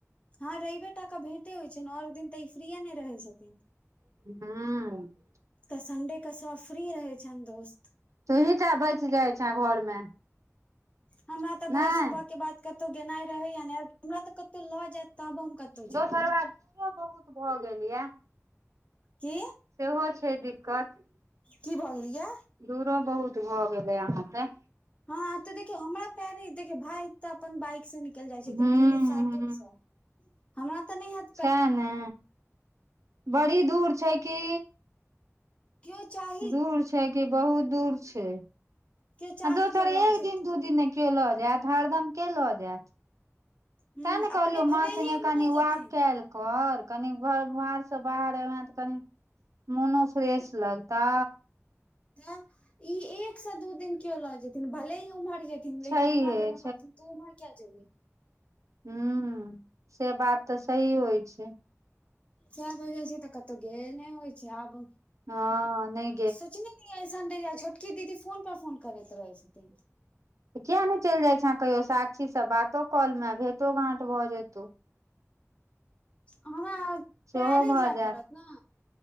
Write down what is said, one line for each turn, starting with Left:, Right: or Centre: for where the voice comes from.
Left: ह रइवे टा कऽ भेटे होइत छै आओर दिन तऽ ई फ्रीए नहि रहैत छथिन
Right: ह
Left: त सन्डेके कऽ फ्री रहै छनि दोस्त
Right: तोहींटा बच जाइ छै घरमे
Left: हमरा
Right: नहि
Left: तऽ भाय सुबह के बाद कतौ गेनाइ रहे या ने हमरा तऽ कतहु लऽ जायत तब हम कतहु जेबै
Right: दोसर
Left: ने
Right: बात दुरो बहुत भऽ गेल य
Left: कि
Right: सेहो छै दिक्कत।
Left: कि बऽजलियै
Right: दूरो बहुत भऽ गेलै अहाँकेँ
Left: हँ तऽ देखियौ हमरा पैरे देखियौ भाय तऽ अपन बाइक से निकलि जाइ छथिन
Right: हूँ
Left: पुनीत
Right: हूँ
Left: साइकिल से हमरा तऽ नैहत
Right: सएह ने बड़ी दूर छै की
Left: क्यो चाह
Right: दूर छै कि बहुत दूर छै
Left: केओ चाही
Right: दोसर
Left: जे लऽ
Right: एक
Left: जेतै
Right: दिन दू दिन ने केयो लऽ जायत हरदम के लऽ जायत
Left: हूँ
Right: तैं ने कहलिय
Left: अपने भले
Right: माँ संगे
Left: ही उम्हरे
Right: कनि
Left: जेथिन
Right: वॉक कायल कर कनि घर बाहरसँ बाहर एमें तऽ कनि मोनो फ्रेश लगतौ
Left: तऽ ई एक स दू दिन केयो लऽ जथिन भले ही उमहर जेथिन
Right: छैहे
Left: लेकिन हमरा बेर में कहथिन तू उमहार क्या जेभी
Right: हूँ से बात तऽ सही होइ छै
Left: तें वजह से तऽ कतो गेल नइ होइ छै आब
Right: हँ नइ
Left: सोचने नय <inaudible> छोटकी दीदी फोन पर फोन करैत रहै छथिन
Right: त किया नय चैल जाइ छह कहियो साक्षीसँ बातो कऽ लेमें भेटो घाट भऽ जेतौ
Left: हमरा
Right: सेहो
Left: पेरे
Right: भऽ
Left: जाय
Right: जायत
Left: पड़त न